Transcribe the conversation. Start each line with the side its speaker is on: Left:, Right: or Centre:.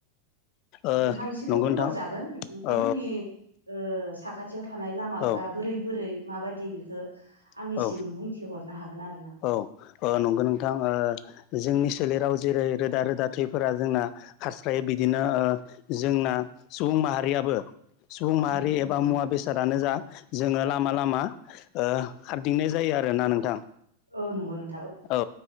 Left: ओ
Right: नोंथांनिसिबो
Left: नंगौ
Right: बुंहरजागोन
Left: नोंथां
Right: नोंथांमोननि
Left: औ
Right: ओ सा खाथियाव थानाय लामाफ्रा
Left: औ
Right: बोरै बोरै माबायदि बेखौ
Left: औ
Right: आंनिसिम
Left: औ
Right: बुंथिहरनो हागोन आरो ना
Left: औ ओ नंगौ नोंथां ओ जोंनि सोलेराव जेरै रोदा रोदा थैफोरा जोंना खारस्रायो बिदिनो ओ जोंना सुबुं माहारिआबो सुबुं माहारि
Right: उम नंगौ
Left: एबा
Right: नोंथां
Left: मुवा
Right: औ
Left: बेसादानो जा जोङो लामा लामा लामा ओ हारदिंनाय जायो आरोना नोंथां
Right: औ नंगौ नों
Left: औ